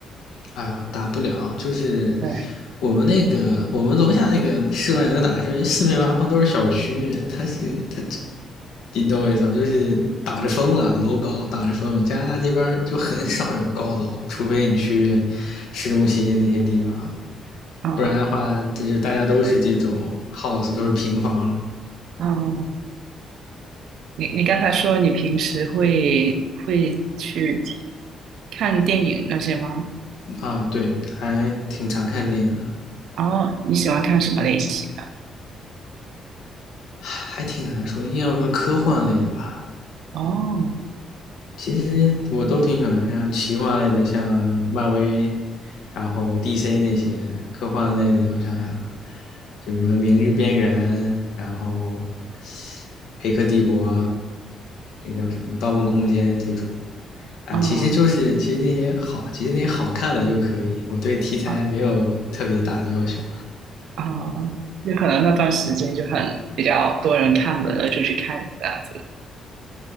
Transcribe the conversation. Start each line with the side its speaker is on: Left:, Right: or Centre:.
Left: 哎呦，打不了，就是
Right: 对，
Left: 我们那个我们楼下那个室外能打，是因为四面八方都是小区，它是它，你懂我意思吗？就是挡着风了，楼高挡着风。加拿大这边就很少有高楼，除非你去市中心那些地方，
Right: 啊
Left: 不然的话，就是大家都是这种 house，都是平房。
Right: 啊，你你刚才说你平时会会去看电影那些吗？
Left: 啊，对，还挺常看电影的，
Right: 然后你喜欢看什么类型？
Left: 还挺难说。硬要说科幻类的吧，
Right: 哦，
Left: 其实我都挺喜欢，像奇幻类的，像什么漫威，然后 DC 那些科幻类的，我想想，就什么《明日边缘》，然后《黑客帝国》，那叫什么《盗梦空间》这种啊，
Right: 嗯
Left: 其实就是其实那些好，其实那些好看的就可以。我对题材没有特别大的要求。
Right: 啊啊，就可能那段时间就很比较多人看的，然后就去看这样子。